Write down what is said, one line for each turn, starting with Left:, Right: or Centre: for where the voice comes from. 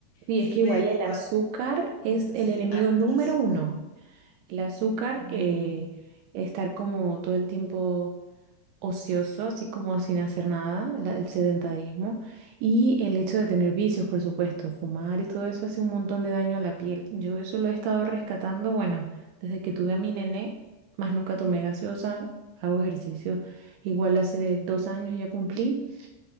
Right: Sí,
Left: Sí
Right: es que
Left: bebo,
Right: igual el azúcar es
Left: Sí,
Right: el enemigo
Left: ah,
Right: número
Left: el azúcar.
Right: uno. El azúcar, eh, estar como todo el tiempo ocioso, así como sin hacer nada, la- el sedentarismo y el hecho de tener vicios, por supuesto, fumar y todo eso hace un montón de daño a la piel. Yo eso lo he estado rescatando, bueno, desde que tuve a mi nené, más nunca tomé gaseosa, hago ejercicio. Igual hace de dos años ya cumplí.